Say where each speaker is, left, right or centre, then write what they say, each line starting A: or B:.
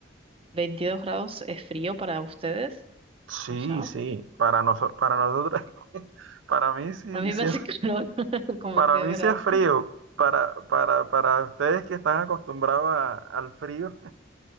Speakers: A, on the right; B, on the right.
A: 22 grados es frío para ustedes,
B: Sí,
A: allá.
B: sí. Para nosotros, para nosotros, <laughs> para mí sí,
A: A mí
B: sí
A: me hace
B: es,
A: <laughs> calor <laughs> con
B: para
A: 22
B: mí
A: grados.
B: sí es frío. Para, para, para ustedes que están acostumbrados a- al frío,